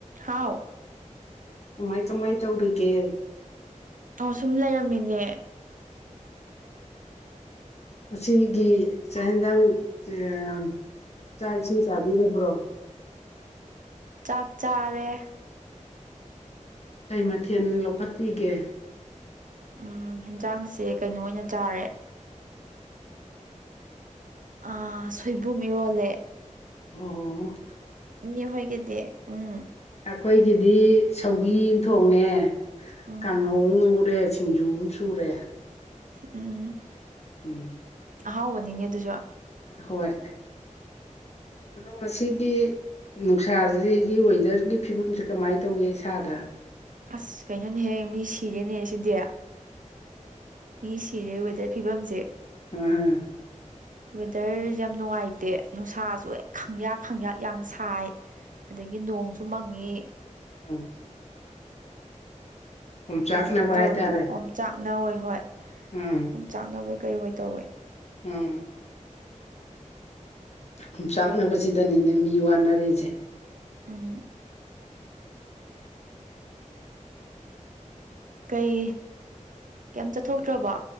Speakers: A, on the right; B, on the left.
A: ꯍꯥꯎ
B: ꯀꯃꯥꯏ ꯀꯃꯥꯏ ꯇꯧꯔꯤꯒꯦ
A: ꯑꯣ ꯁꯨꯝ ꯂꯩꯔꯝꯃꯤꯅꯦ
B: ꯉꯁꯤꯒꯤ ꯆꯥ ꯏꯟꯖꯥꯡ ꯑꯥ ꯆꯥꯛ ꯏꯁꯤꯡ ꯆꯥꯕꯤꯔꯕ꯭ꯔꯣ
A: ꯆꯥꯛ ꯆꯥꯔꯦ
B: ꯀꯩ ꯃꯊꯦꯟ ꯂꯧꯈꯠꯄꯤꯒꯦ
A: ꯎꯝ ꯍꯦꯟꯖꯥꯡꯁꯦ ꯀꯩꯅꯣ ꯑꯣꯏꯅ ꯆꯥꯔꯦ ꯑꯥ ꯁꯣꯏꯕꯨꯝ ꯏꯔꯣꯜꯂꯦ
B: ꯑꯣ
A: ꯏꯅ‌ꯦ ꯍꯣꯏꯒꯤꯗꯤ ꯎꯝ
B: ꯑꯈꯣꯏꯒꯤꯗꯤ ꯁꯧꯒ꯭ꯔꯤ ꯑꯝ ꯊꯣꯡꯉꯦ
A: ꯎꯝ
B: ꯀꯥꯡꯉꯧ ꯎꯔꯦ ꯁꯤꯡꯖꯨ ꯑꯃ ꯁꯨꯔꯦ
A: ꯎꯝ
B: ꯎꯝ
A: ꯑꯍꯥꯎꯕꯅꯤꯅꯦ ꯑꯗꯨꯁꯨ
B: ꯍꯣꯏ ꯑꯣ ꯁꯤꯒꯤ ꯅꯨꯡꯁꯥꯁꯤꯒꯤ ꯋꯦꯗꯔꯒꯤ ꯐꯤꯕꯝꯁꯤꯦ ꯀꯃꯥꯏꯅ ꯇꯧꯒꯦ ꯏꯁꯥꯗ
A: ꯑꯁ ꯀꯩꯅꯣꯅꯦꯍꯌꯦ ꯃꯤ ꯁꯤꯔꯦꯅꯦ ꯁꯤꯗꯤ ꯃꯤ ꯁꯤꯔꯦ ꯋꯦꯗꯔ ꯐꯤꯕꯝꯁꯦ
B: ꯎꯝ
A: ꯋꯦꯗꯔꯁꯦ ꯌꯥꯝ ꯅꯨꯡꯉꯥꯏꯇꯦ ꯅꯨꯡꯁꯥꯁꯨ ꯍꯦꯛ ꯈꯪꯌꯥ ꯍꯪꯌꯥꯥꯛ ꯌꯥꯡ ꯁꯥꯏ ꯑꯗꯒꯤ ꯅꯣꯡꯁꯨ ꯃꯪꯉꯤ
B: ꯎꯝ ꯑꯣꯝꯆꯥꯛꯅꯕ
A: ꯀꯩꯗꯣꯃ ꯇꯧꯔꯦ
B: ꯍꯥꯏꯇꯥꯔꯦ
A: ꯑꯣꯝ ꯆꯥꯛꯅ ꯍꯣꯏ ꯍꯣꯏ
B: ꯎꯝ
A: ꯑꯗꯨꯨꯝ ꯆꯥꯛꯅꯕꯩ ꯀꯩ ꯍꯣꯏ ꯇꯧꯋꯦ
B: ꯎꯝ ꯌꯆꯥꯛꯅꯕꯁꯤꯗꯅꯤꯅꯦ ꯃꯤ ꯋꯥꯅꯔꯤꯁꯦ
A: ꯑꯥ ꯀꯩ ꯀꯩꯝ ꯆꯠꯊꯣꯛꯇ꯭ꯔꯕꯣ